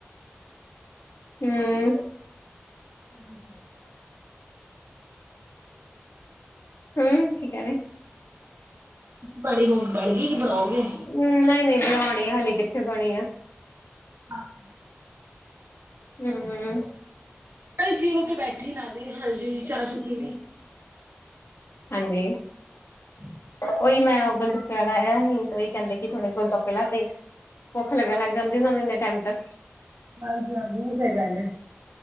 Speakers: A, on the left; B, on the right.
A: ਹਮ
B: ਤੁਸੀਂ
A: ਹਮ ਕਿ ਕੇਹਰੇ
B: ਪਾਣੀ ਹੋ ਬਣ ਗਈ ਕਿ ਬਣਾਓਗੇ
A: ਹਮ ਨਹੀਂ ਨਹੀਂ ਬਣਾਉਣੀ ਆ ਹਾਲਲੀ ਕਿੱਥੇ ਬਣੀ ਆ
B: ਆਹ
A: ਹਮ
B: ਫ੍ਰੀ ਹੋ ਕੇ ਬੈਠੇ ਨਾਲੇ ਹਾਂਜੀ ਚਾਹ ਚੂ ਪੀ ਲਈ
A: ਹਾਂਜੀ
B: ਹਮ
A: ਉਓਹੀ ਮੈਂ ਗੁਲਤੋਪੇ ਵਾਲਾ ਆਆ ਸੀ ਤੇ ਉਹੀ ਕਹਿੰਦੇ ਕਿ ਥੋੜੇ ਗੁਲਤੋਪੇ ਲਾਦੇ ਭੁੱਖ ਲੱਗਾ ਲੱਗ ਜਾਂਦੀਨਾਂ ਨੂੰ ਇੰਨੇ ਟਾਈਮ ਤੱਕ
B: ਹਾਂਜੀ ਹਾਂਜੀ ਉ ਤੇ ਗੱਲ ਹੈ